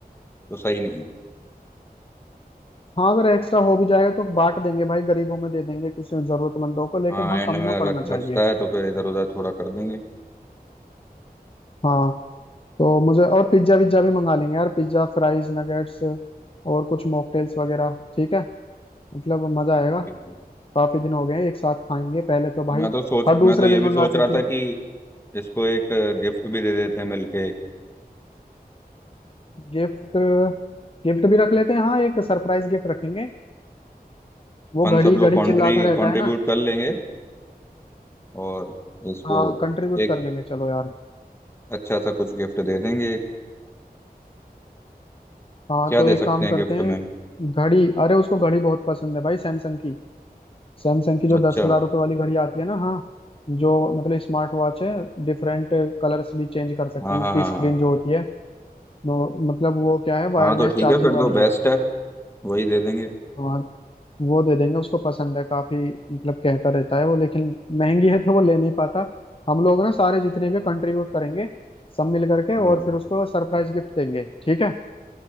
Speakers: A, on the left; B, on the left.
A: तो सही नहीं है
B: हाँ अगर एक्स्ट्रा हो भी जाएगा तो बांट देंगे भाई गरीबों में दे देंगे कुछ जरूरतमंदों को लेकिन
A: हाँ
B: हाँ
A: एंड
B: कम
A: में
B: ना
A: अगर
B: पड़ना चाहिए
A: बचता है तो फिर इधर उधर थोड़ा कर देंगे
B: हाँ तो मुझे और पिज्जा विज्जा भी मंगा लेंगे यार पिज्जा फ्राइज नगेट्स और कुछ मॉकटेल्स वगैरह ठीक है मतलब मजा आएगा
A: ठीक है
B: काफी दिन हो गए हैं, एक साथ खाएंगे पहले तो भाई
A: मैं तो सोच
B: हर दूसरे
A: मैं तो ये
B: दिन
A: भी
B: मंगाते
A: सोच रहा
B: थे
A: था कि इसको एक गिफ्ट भी दे देते हैं मिलके
B: गिफ्ट गिफ्ट भी रख लेते हैं हाँ एक सरप्राइज गिफ्ट रखेंगे वो
A: अपन
B: घड़ी
A: सब
B: घड़ी
A: लोग कॉन्ट्री
B: चिल्लाता रहता
A: कंट्रीब्यूट
B: है ना
A: कर लेंगे और इसको
B: हाँ कंट्रीब्यूट
A: एक
B: कर लेंगे चलो यार
A: अच्छा सा कुछ गिफ्ट दे देंगे
B: हाँ
A: क्या
B: तो
A: दे
B: एक
A: सकते
B: काम
A: हैं
B: करते
A: गिफ्ट
B: हैं
A: में
B: घड़ी अरे उसको घड़ी बहुत पसंद है भाई सैमसंग की सैमसंग की जो
A: अच्छा
B: दस हजार रुपये वाली घड़ी आती है ना हाँ जो मतलब स्मार्ट वॉच है डिफरेंट कलर्स भी चेंज कर सकते
A: हाँ
B: हैं
A: हाँ
B: उसकी
A: हाँ
B: स्क्रीन
A: हाँ
B: जो होती है वो मतलब वो क्या है वायरलेस
A: हाँ तो ठीक
B: चार्जिंग
A: है फिर
B: वाली
A: तो
B: है
A: बेस्ट है वही दे देंगे
B: वहाँ वो दे देंगे उसको पसंद है काफी मतलब कहता रहता है वो लेकिन महंगी है तो वो ले नहीं पाता हम लोग ना सारे जितने भी कंट्रीब्यूट करेंगे सब मिल करके
A: हाँ
B: और फिर उसको सरप्राइज गिफ्ट देंगे ठीक है